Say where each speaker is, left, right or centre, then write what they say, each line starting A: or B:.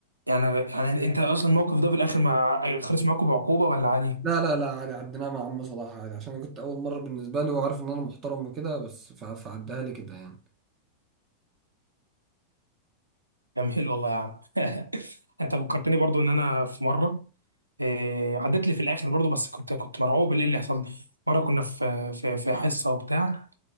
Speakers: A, on the right; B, on the right.
A: يعني يعني انت اصلا الموقف ده في الاخر مع خلص معاكم بعقوبه ولا عادي؟
B: لا لا لا عادي عديناها مع عم صلاح عادي عشان انا كنت اول مره بالنسبه لي وعارف ان انا محترم وكده بس ف- فعدها لي كده يعني
A: جميل والله يا عم <laughs> انت فكرتني برضو ان انا في مره إيه، عدت لي في الاخر برضو بس كنت كنت مرعوب من ايه اللي حصل مره كنا في في في حصه وبتاع